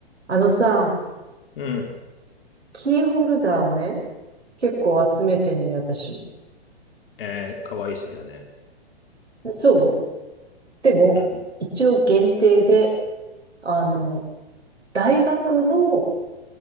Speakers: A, on the right (about 85°); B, on the left (about 55°).
A: あのさ、
B: うん。
A: キーホルダーをね、結構集めてんのよ、私。
B: えー、かわいい趣味だね。
A: そうでも、
B: うん。
A: 一応限定で、あの、大学の